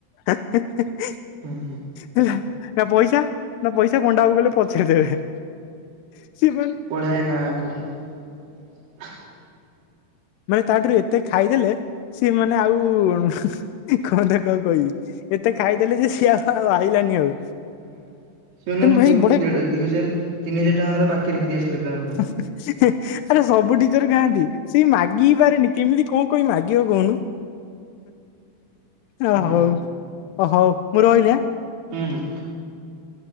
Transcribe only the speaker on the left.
<inaudible>
ହେଲା ନା ପଇସା ନା ପଇସା ପଣ୍ଡାବାବୁ କହିଲେ ପଛରେ ଦେବେ। <unintelligible>
ମାନେ ତାଠାରୁ ଏତେ ଖାଇଦେଲେ ସିଏ ମାନେ ଆଉ କଣ ତାକୁ ଆଉ କହିବି ଏତେ ଖାଇଦେଲେ ଯେ ସିଏ ଆଉ ଆଇଲାନି ଆଉ।
କିନ୍ତୁ
ଭାଇ ବଢିଆ
କ-
ଆରେ ସବୁ ଟିଚର ଖାଆନ୍ତି। ସେ ମାଗି ବି ପାରେନି କେମିତି କଣ କହି ମାଗିବ କହୁନୁ। ଓ
ହଉ ଓ ହଉ ମୁଁ ରହିଲି ଆଁ।